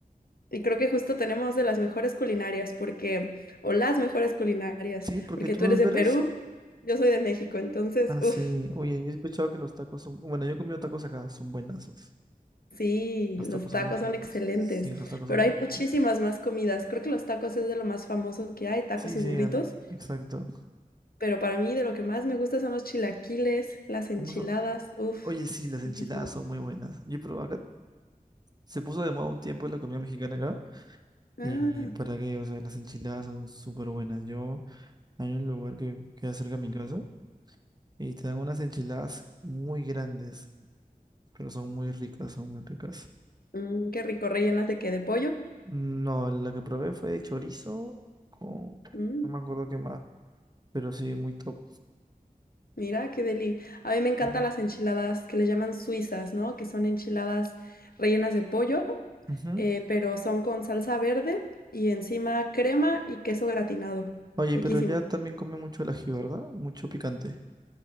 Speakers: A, on the left (about 75°); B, on the right (about 25°).
A: Y creo que justo tenemos de las mejores culinarias, porque, o las mejores culinarias,
B: Sí, porque
A: porque
B: tú
A: tú
B: dónde
A: eres de
B: eres?
A: Perú, yo soy de México, entonces,
B: Ah, sí.
A: uff,
B: Oye, yo he escuchado que los tacos son... Bueno, yo he comido tacos acá, son buenazos.
A: sí,
B: Los
A: los
B: tacos
A: tacos
B: son muy ricos.
A: son excelentes,
B: Sí, los tacos
A: pero
B: son muy
A: hay
B: ricos.
A: muchísimas más comidas. Creo que los tacos es de lo más famoso que hay, tacos
B: Sí,
A: y
B: sí,
A: burritos,
B: an- exacto.
A: pero para mí de lo que más me gusta son los chilaquiles, las enchiladas,
B: ¿Cómo son?
A: uff,
B: Oye, sí, las
A: riquísimo.
B: enchiladas son muy buenas. Yo probé acá. Se puso de moda un tiempo la comida mexicana acá.
A: Ah,
B: Y para qué, o sea, las enchiladas son súper buenas. Yo, hay un lugar que queda cerca de mi casa y te dan unas enchiladas muy grandes, pero son muy ricas, son muy ricas.
A: mm, qué rico, rellenas de qué, de pollo.
B: No, la que probé fue de chorizo con...
A: Mm.
B: No me acuerdo qué más, pero sí, muy top.
A: Mira, qué deli. A mí me encantan
B: Ajá.
A: las enchiladas que le llaman suizas, ¿no? Que son enchiladas rellenas de pollo,
B: Ujú.
A: eh, pero son con salsa verde y encima crema y queso gratinado.
B: Oye,
A: Riquísimo.
B: pero ya también come mucho el ají, ¿verdad? Mucho picante,